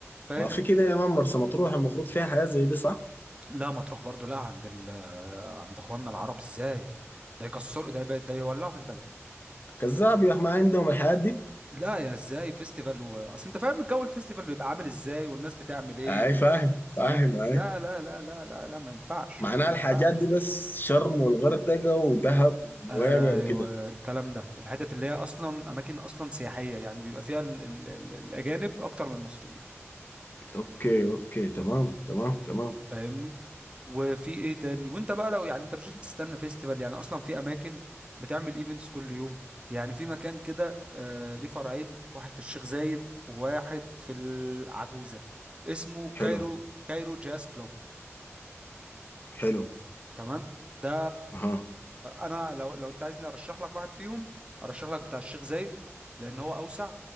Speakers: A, on the right; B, on the left.
A: فاهم
B: ما في كده يا مان مرسى مطروح المفروض فيها حاجات زي دي صح
A: لا مطروح برضو لا عند ال عند اخواننا العرب ازاي ده يكسروا ده يبقى- ده يولعوا في البلد
B: كذاب يا اخي ما عندهم الحاجات دي
A: لا يا ازاي فيستيفال و... اصل انت فاهم الجو الفيستيفال بيبقى عامل ازاي والناس بتعمل ايه
B: اي
A: و...
B: فاهم فاهم
A: ما ينف...
B: اي
A: لا لا لا لا لا لا ما ينفعش
B: معناها
A: ما
B: الحاجات
A: ينفعش
B: دي بس شرم والغردقه ودهب ونويبع
A: ايوه
B: وكده
A: الكلام ده الحتت اللي هي اصلا اماكن اصلا سياحيه يعني بيبقى فيها ال... ال... ال... الاجانب اكتر من المصريين
B: اوكي اوكي تمام تمام تمام
A: فاهمني وفي ايه تاني وانت بقى لو يعني انت مش لازم تستنى فيستيفال يعني اصلا في اماكن بتعمل ايفنتس كل يوم يعني في مكان كده آه ليه فرعين واحد في الشيخ زايد وواحد في العجوزة اسمه
B: حلو
A: كايرو كايرو جاز كلوب
B: حلو
A: تمام ده
B: اها
A: انا لو لو انت عايزني ارشح لك واحد فيهم ارشح لك بتاع الشيخ زايد لان هو اوسع